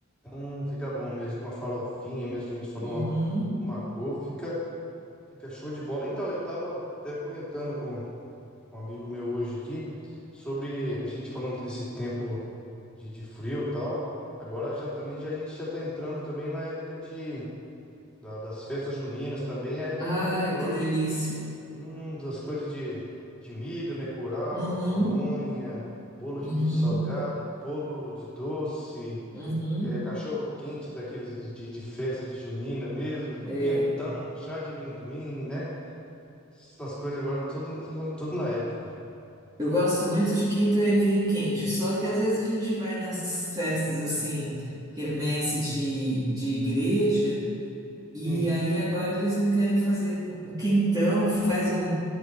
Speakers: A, in the centre; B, on the right.
A: Hum, fica bom mesmo, com a farofinha mesmo que a gente falou,
B: Uhum.
A: uma, uma couve, fica, fica show de bola. Então, eu tava até comentando com um amigo meu hoje aqui, sobre a gente falando desse tempo de, de frio e tal. Agora já também, já, a gente já tá entrando também na época de, da- das festas juninas também, a época
B: Ai,
A: também agora
B: que delícia.
A: de, hum, das coisas de, de milho, né, curau,
B: Uhum.
A: pamonha, bolo de
B: Uhum.
A: milho salgado, bolo de doce...
B: Uhum.
A: É, cachorro quente daqueles de, de- festa de junina mesmo,
B: É.
A: quentão, chá de amendoim, né? Essas coisas agora tudo, tudo na época.
B: Eu gosto muito de quinta e vinho quente, só que às vezes a gente vai nas festas assim, quermesse de, de igreja.
A: Sim,
B: E aí agora eles não querem fazer com- o quentão, faz um,